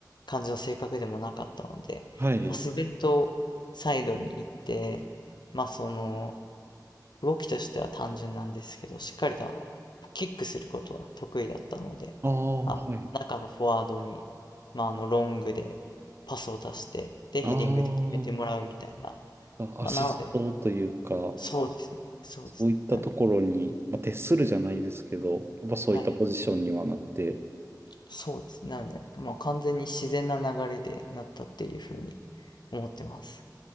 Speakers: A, on the left; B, on the right.
A: 感じの性格でもなかったので、
B: はい。
A: まあ、自然とサイドに行って、まあその、動きとしては単純なんですけど、しっかりとあの、キックすることは得意だったので、
B: ああ、
A: まあ、
B: はい。
A: 中のフォワードに、まああの、ロングでパスを出して、で、ヘディングで決めてもらうみたいな、
B: ああ、
A: まあ、
B: アシストというか、
A: なので、そうですね、そうですね。
B: そういったところに、
A: なんで、
B: まあ、徹するじゃないですけど、やっぱそういったポジションにはなって、
A: はいそうですね。なので、まあ、完全に自然な流れでなったっていうふうに思ってます。